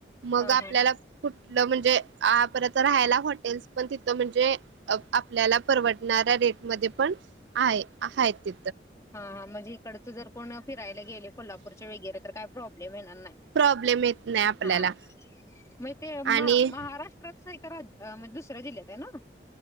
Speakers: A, on the right; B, on the left.
A: मग
B: हां,
A: आपल्याला
B: हां, हां, हां,
A: कुठलं म्हणजे आ परपर राहायला हॉटेल्स. पण तिथं म्हणजे आपल्याला परवडणाऱ्या रेट मध्ये पण आहे आहेत ति
B: हा हा म्हणजे इकडच जर कोण फिरायला गेले कोल्हापूरचे वेगैरे तर काय प्रॉब्लेम येणार नाही.
A: प्रॉब्लेम येत नाही आपल्याला
B: हा म ते म
A: आणि
B: महारा प्रोक सही करा अ म दुसऱ्या जिल्ह्यात आहे ना